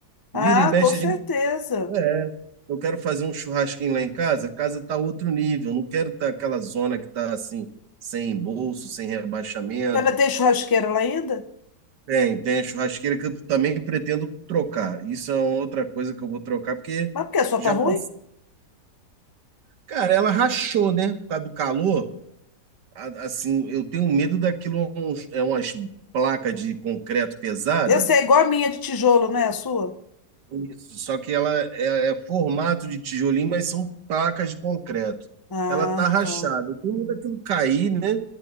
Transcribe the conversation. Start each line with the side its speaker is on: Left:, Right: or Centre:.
Left: Ah,
Right: Vira e mexe,
Left: com certeza.
Right: a gente. É, é. eu quero fazer um churrasquinho lá em casa, a casa tá outro nível, não quero estar aquela zona que tá assim, sem embolso, sem rebaixamento.
Left: Já vai ter churrasqueira lá ainda?
Right: Tem, tem a churrasqueira que eu também pretendo trocar. Isso é uma outra coisa que eu vou trocar, porque
Left: Mas por que a sua
Right: já
Left: tá ruim?
Right: passou Cara, ela rachou, né? Por causa do calor. A- Assim, eu tenho medo daquilo, uns- é umas placas de concreto pesada.
Left: Eu sei, é igual a minha de tijolo, não é A sua?
Right: Isso. Só que ela é, é formato de tijolinho, mas são placas de concreto.
Left: Ah,
Right: Ela tá rachada.
Left: tá.
Right: Eu tenho medo daquilo cair, né?